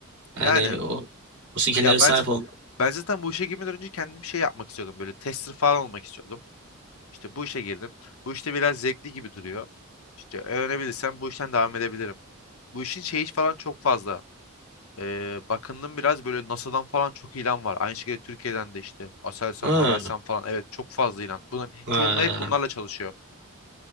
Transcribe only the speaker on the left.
Yani
Ya
bence
ben zaten bu işe girmeden önce kendim şey yapmak istiyordum. Böyle tester falan olmak istiyordum. İşte bu işe girdim. Bu işte biraz zevkli gibi duruyor. İşte öğrenebilirsem bu işten devam edebilirim. Bu işin şeyi falan çok fazla. Ee, bakındım biraz böyle NASA'dan falan çok ilan var. Aynı şekilde Türkiye'den de işte Aselsan,
Havelsan falan. Evet çok fazla ilan. Bunların
çoğunluğu hep bunlarla çalışıyor.